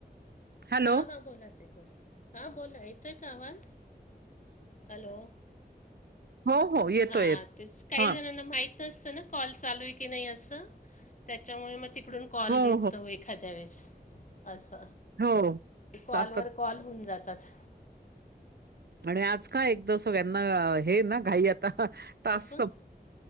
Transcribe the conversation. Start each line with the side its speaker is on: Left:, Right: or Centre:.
Right: हॅलो
Left: हा हा बोला ताई बोला. हा बोला येतोय का आवाज? हॅलो.
Right: हो हो येतोय
Left: हा
Right: येत
Left: तेच काही
Right: हा
Left: जणांना माहित तस न कॉल चालू आहे की नाही अस, त्याच्यामुळे मग त ती कडून कॉल
Right: हो
Left: येतो
Right: हो
Left: एखाद्या वेळेस असं
Right: हो.
Left: ते कॉलवर
Right: सातत
Left: कॉल होऊन जातात.
Right: आणि आज का एकदा सगळ्यांना हे ना घाई आता. टास्क
Left: असं
Right: सम